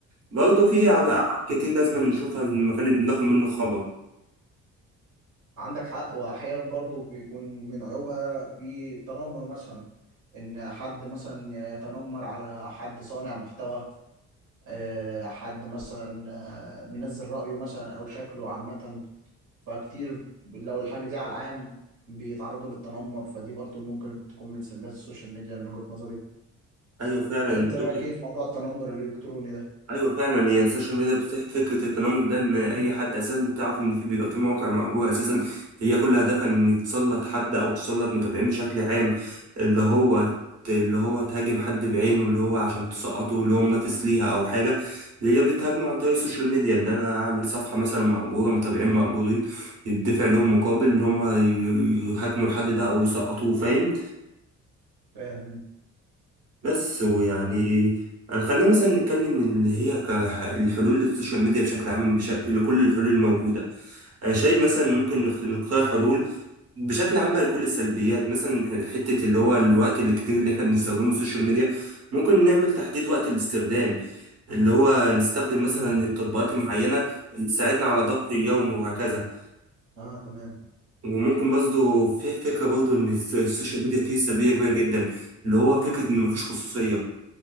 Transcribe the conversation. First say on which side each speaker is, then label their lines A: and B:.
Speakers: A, on the right; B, on the right.
A: برضه في عب- أبعاد كتير لازم نشوفها من المكان اللي بناخد منه خبر
B: عندك حق واحيانا برضو بيكون من عيوبها في التنمر مثلا ان حد مثلا يتنمر على حد صانع محتوى آه، حد مثلا آه، منزل رأيه مثلا او شكله عامة فكتير لو الحاجة دي على العام بيتعرضوا للتنمر فدي برضو ممكن تكون من سلبيات السوشيال ميديا من وجهة نظري
A: أيوة فعلا
B: انت رأيك
A: فكرة
B: ايه في موضوع التنمر الالكتروني ده
A: أيوة فعلا هي السوشيال ميديا بتفتح فكرة التنمر ده إن أي حد أساسا تعرف إن في بيبقى في مواقع مأجورة أساسا هي كل هدفها إن تسلط حد أو تسلط متابعين بشكل عام اللي هو ت- اللي هو تهاجم حد بعينه اللي هو عشان تسقطه اللي هو منافس ليها أو حاجة اللي هي بتهاجمه عن طريق السوشيال ميديا اللي أنا أعمل صفحة مثلا مأجورة متابعين مأجورين يدفع لهم مقابل اللي هما ي- يهاجموا الحد ده أو يسقطوه فاهم
B: فاهم
A: بس ويعني يعني خلينا مثلا نتكلم من اللي هي كح- الحلول للسوشيال ميديا بشكل عام بش... لكل الحلول الموجودة أنا شايف مثلا ممكن نخ- نختار حلول بشكل عام بقى لكل السلبيات مثلا ح- حتة اللي هو الوقت الكتير اللي احنا بنستخدمه السوشيال ميديا ممكن نعمل تحديد وقت الاستخدام اللي هو نستخدم مثلا التطبيقات المعينة اللي تساعدنا على ضبط اليوم وهكذا
B: اه تمام
A: وممكن برضه في فكرة برضه إن الس- السوشيال ميديا فيه سلبية كبيرة جدا اللي هو فكرة إن مفيش خصوصية